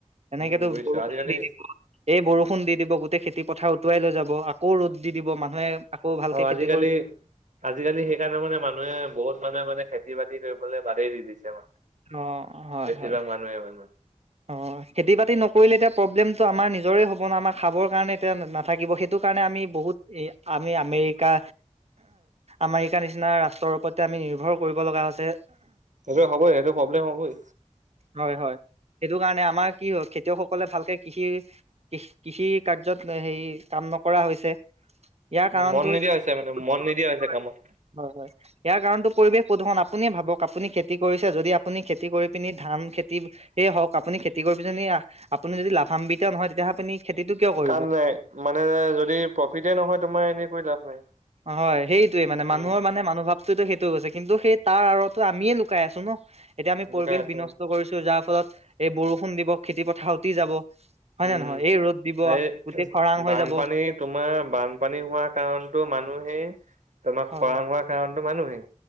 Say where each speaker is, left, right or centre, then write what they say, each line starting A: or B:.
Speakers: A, on the right; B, on the right.
A: এনেকেতো
B: উম বুজিছো
A: বৰষুণ
B: আজিকালি
A: দি দিব। এই বৰষুণ দি দিব গোটেই খেতি পথাৰ উটুৱাই লৈ যাব, আকৌ ৰ'দ দি দিব মানুহে আকৌ ভালকে
B: আৰু আজিকালি
A: খেতি কৰিব
B: আজিকালি সেইকাৰণে মানে মানুহে বহুত মানুহে মানে খেতি বাতি কৰিবলৈ বাদেই দি দিছে মানে,
A: অ হয়
B: বেছিভাগ
A: হয়
B: মানুহে মানে।
A: অ খেতি বাতি নকৰিলে এতিয়া প্ৰব্লেমটো আমাৰ নিজৰে হ'ব ন, আমাৰ খাবৰ কাৰণে এতিয়া নাথাকিব। সেইটো কা- আমি বহুত আমি আমেৰিকা আমেৰিকা নিচিনা ৰাষ্ট্ৰৰ ওপৰত আমি নিৰ্ভৰ কৰিব লগা হৈছে।
B: সেইটো হ'বই সেইটো প্ৰব্লেম হ'বই
A: হয় হয়। সেইটো কাৰণে আমাৰ কি হয় খেতিয়কসকলে ভালকে কৃষিৰ কৃষি কাৰ্যত হেৰি কাম ন- কৰা হৈছে। ইয়াৰ কাৰণটো
B: মন নিদিয়া
A: হৈছে
B: মানে
A: <unintelligible>
B: মন নিদিয়া হৈছে কামত।
A: হয় হয় ইয়াৰ কাৰণতটো পৰিৱেশ প্ৰদূষণ। আপুনিয়ে ভাবক আপুনি খেতি কৰিছে যদি আপুনি খেতি কৰি পিনি ধান খেতিয়ে হওক, আপুনি খেতি কৰিবিজিনি আহ আপুনি যদি লাভাম্বিত নহয়, তেতিয়াহে আপুনি খেতিটো কিয় কৰিব
B: কাম নাই মানে যদি প্ৰফিতে নহয় তোমাৰ এনেই লাভ নাই।
A: হয়। সেইটোয়ে মানে
B: উম
A: মানুহৰ মানে মানুহভাৱ- টো সেইটো গৈছে। কিন্তু সেই তাৰ আঁৰতো আমিয়ে লুকাই আছো ন, এতিয়া আমি পৰিৱেশ
B: দোকান আছো
A: বিনষ্ট কৰিছো যা- ফলত এই বৰষুণ দিব, খেতি পথাৰ উতি যাব। হয়
B: উম।
A: নে নহয়? এই ৰ'দ দিব
B: এই
A: গোটেই খৰাং হৈ
B: বানপানী
A: যাব
B: তোমাৰ বানপানী হোৱা কাৰণতো মান - মানুহেই তোমাৰ
A: হয়
B: খৰাং হোৱাৰ কাৰণতো মানুহেই,